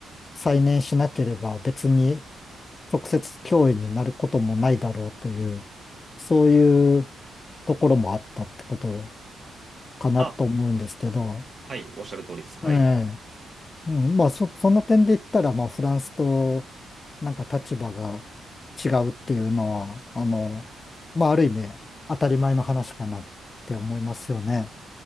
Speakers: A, on the left (about 40°); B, on the right (about 40°).
A: 再燃しなければ、別に直接脅威になることもないだろうという、そういうところもあったってことかなと思うんですけど、
B: あ、はい、おっしゃる通りです。はい。
A: ええ、うん、まあそ、その点で言ったら、まあフランスとなんか立場が違うっていうのは、あの、まあある意味当たり前の話かなって思いますよね。